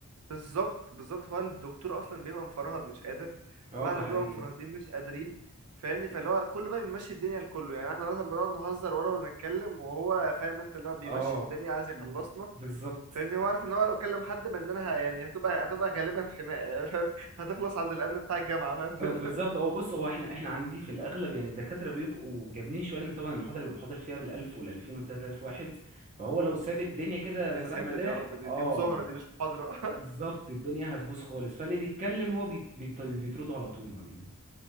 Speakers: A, on the right (about 80°); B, on the right (about 30°).
A: بالظبط بالظبط هو الدكتور اصلا بيبقى مفرهد مش قادر
B: اه
A: واحنا
B: ده حقيقي
A: بنبقى مفرهدين مش قادرين فاهمني فاللي هو كله بقى بيمشي الدنيا لكله يعني احنا مثلا بنقعد نهزر ورا ونتكلم وهو فاهم انت اللي هو بيمشي
B: اه
A: الدنيا عايز يخلصنا
B: بالظبط
A: فاهمني هو عارف ان هو لو كلم حد مننا ه- يعني هتبقى هتبقى غالبا خناقه يعني فاهم <laughs> هتخلص عند الامن بتاع الجامعه فاهم <laughs>
B: آه، بالظبط هو بص هو احنا احنا عندي في الاغلب يعني الدكاتره بيبقوا جامدين شويه ان طبعا المحاضره بيبقى حاضر فيها بالالف والالفين والتلات الاف واحد فهو لو ساب الدنيا كده
A: يا
B: سداح
A: ساتر
B: مداح
A: يا رب دي
B: اه
A: دي مظاهره دي مش محاضره
B: بالظبط الدنيا هتبوظ خالص فاللي بيتكلم هو بي بي بيطرده على طول ما بي